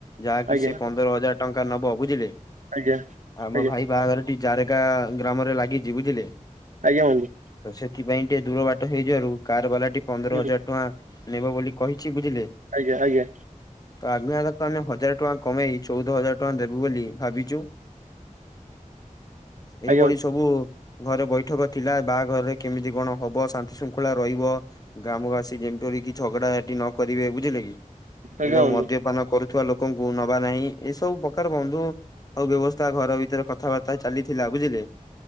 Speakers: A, on the left (about 30°); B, on the right (about 70°).
A: ଯାହାକି
B: ଆଜ୍ଞା
A: ସେ ପନ୍ଦର ହଜାର ଟଙ୍କା ନବ ବୁଝିଲେ।
B: ଆଜ୍ଞା
A: ଆମ
B: ଆଜ୍ଞା
A: ଭାଇ ବାହାଘରଟି ଜାରେକା ଗ୍ରାମରେ ଲାଗିଛି ବୁଝିଲେ।
B: ଆଜ୍ଞା ବନ୍ଧୁ।
A: ତ ସେଥିପାଇଁ ଟିକେ ଦୂର ବାଟ ହେଇଯିବାରୁ କାର ବାଲା ଟି ପନ୍ଦର
B: ହୁଁ
A: ହଜାର ଟଙ୍କା ନେବ ବୋଲି କହିଛି ବୁଝିଲେ।
B: ଆଜ୍ଞା ଆଜ୍ଞା।
A: ତ ଆଗକୁ ଆମେ ହଜାର ଟଙ୍କା କମେଇକି ଚୋଉଦ ହଜାର ଟଙ୍କା ଦେବୁ ବୋଲି ଭାବିଛୁ। ଏଇଭଳି
B: ଆଜ୍ଞା
A: ସବୁ ଘରେ ବୈଠକ ଥିଲା ବାହାଘରରେ କେମିତି କଣ ହବ ଶାନ୍ତି ଶୃଙ୍ଖଳା ରହିବ ଗ୍ରାମବାସୀ ଯେମପରିକି ଝଗଡା ଝାଟି ନ କରିବେ ବୁଝିଲେ କି।
B: ଆଜ୍ଞା
A: ଏବଂ
B: ବନ୍ଧୁ
A: ମଦ୍ୟପାନ କରୁଥିବା ଲୋକଙ୍କୁ ନବା ନାହିଁ। ଏସବୁ ପ୍ରକାର ବନ୍ଧୁ ଆଉ ବ୍ୟବସ୍ଥା ଘର ଭିତରେ କଥାବାର୍ତ୍ତା ଚାଲିଥିଲା ବୁଝିଲେ।